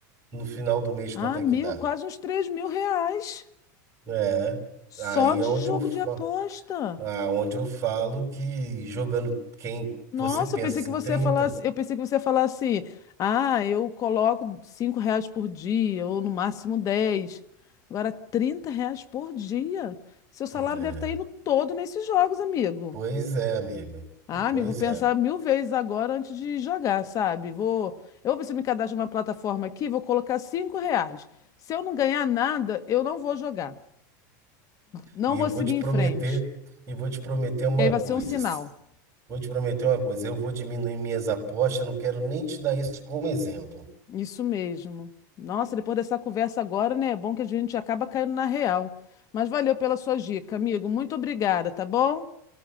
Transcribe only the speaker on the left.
Ah,
mil,
quase uns três mil reais
só
de
jogo
de aposta.
Nossa,
eu pensei
que você
ia falar, assim- eu pensei que você ia falar assim, ah, eu coloco 5 reais por dia, ou no máximo 10. Agora, 30 reais por dia. Seu salário
deve estar indo todo nesses jogos, amigo.
Ah,
amigo, vou pensar
mil vezes agora antes de jogar, sabe? Vou, eu vou ver se eu me cadastro numa plataforma aqui, vou colocar 5 reais. Se eu não ganhar nada, eu não vou jogar. Não
vou
seguir
em
frente.
E aí vai
ser um sinal.
Isso mesmo. Nossa, depois dessa conversa agora, né? É bom que a gente acaba caindo na real. Mas valeu pela sua dica, amigo. Muito obrigada, tá bom?